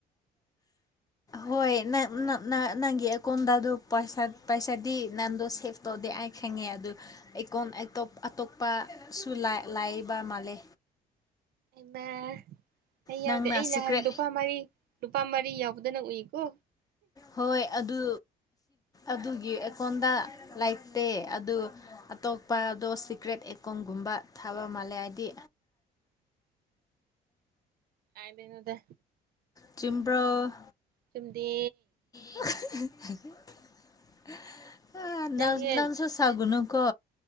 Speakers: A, on the left (about 20°); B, on the right (about 65°).
A: ꯍꯣꯏ ꯅꯪ ꯅꯪ ꯅꯪꯒꯤ ꯑꯦꯀꯥꯎꯟꯗ ꯑꯗꯨ ꯄꯁꯥ ꯄꯩꯁꯥꯗꯤ ꯅꯪꯗꯣ ꯁꯦꯞ ꯇꯣꯗꯤ ꯑꯩ ꯈꯪꯉꯦ ꯑꯗꯨ ꯑꯩ ꯀꯣꯟ ꯑꯇꯣꯞ ꯑꯇꯣꯞꯄꯁꯨ ꯂꯥꯛ ꯂꯥꯛꯑꯦꯕ ꯃꯥꯜꯂꯦ
B: ꯃ ꯑꯩ ꯌꯥꯎꯗꯦ
A: ꯅꯪꯅ
B: ꯑꯩ ꯅꯍꯥꯟ
A: ꯁꯤꯀ꯭ꯔꯦꯠ
B: ꯂꯨꯄꯥ ꯃꯔꯤ ꯂꯨꯄꯥ ꯃꯔꯤ ꯌꯥꯎꯕꯗꯣ ꯅꯪ ꯎꯏꯀꯣ
A: ꯍꯣꯏ ꯑꯗꯨ ꯑꯗꯨꯒꯤ ꯑꯩꯀꯣꯟꯗ ꯂꯩꯇꯦ ꯑꯗꯨ ꯑꯇꯣꯞꯄꯗꯣ ꯁꯤꯀ꯭ꯔꯦꯠ ꯑꯦꯀꯣꯣꯡꯒꯨꯝꯕ ꯊꯥꯕ ꯃꯥꯜꯂꯦ ꯍꯥꯏꯗꯤ
B: ꯗꯦꯅꯗ
A: ꯆꯤꯝꯕ꯭ꯔꯥ
B: ꯆꯨꯝꯗꯦ
A: <unintelligible> ꯑ
B: ꯅꯪꯁꯦ
A: ꯅ ꯅꯥꯟꯁ ꯁꯒꯨꯅꯨ ꯀꯣ